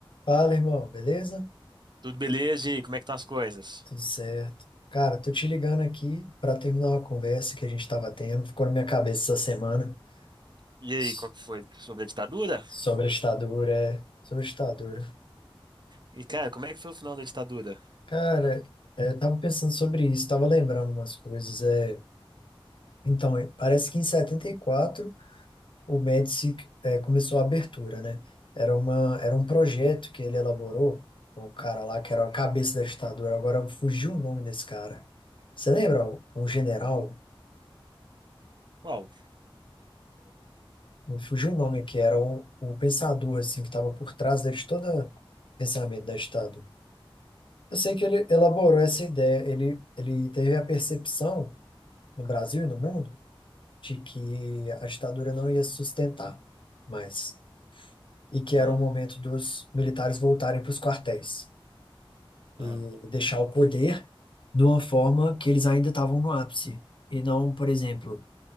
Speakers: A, on the left; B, on the right.
A: Fala, irmão, beleza?
B: Tudo beleza? E aí, como é que estão as coisas?
A: Tudo certo. Cara, tô te ligando aqui para terminar uma conversa que a gente tava tendo, ficou na minha cabeça essa semana
B: E aí,
A: s-
B: qual que foi? Sobre a ditadura?
A: sobre a ditadura, é, sobre a ditadura.
B: E, cara, como é que foi o final da ditadura?
A: Cara, é, eu tava pensando sobre isso, tava lembrando umas coisas, é, então, é, parece que em 74 o Médici é, começou a abertura, né? Era uma, era um
B: Uhum.
A: projeto que ele elaborou com o cara lá que era a cabeça da ditadura, agora fugiu o nome desse cara. Você lembra? Um general?
B: Qual?
A: me fugiu o nome, que era o, o pensador, assim, que estava por trás de todo o pensamento da ditadura. Eu sei que ele elaborou essa ideia, ele, ele teve a percepção, no Brasil e no mundo, de que a ditadura não ia se sustentar mais, e que
B: Ah,
A: era o momento dos militares voltarem para os quartéis e
B: ah.
A: deixar o poder de uma forma que eles ainda estavam no ápice, e não, por exemplo,